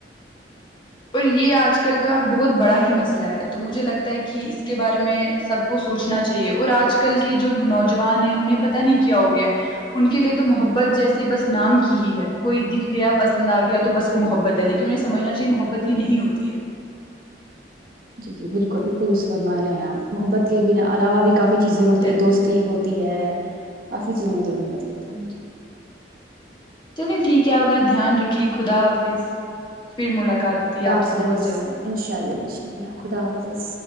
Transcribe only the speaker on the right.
جی جی بالکل بالکل اس فرما رہے ہیں آپ محبت کے ب علاوہ بھی کافی چیزیں ہوتی
ہے دوستی ہوتی ہے کافی چیزوں دی گ ہیں
خدا
حافظ
ان شاء اللہ ان شاء اللہ خدا حافظ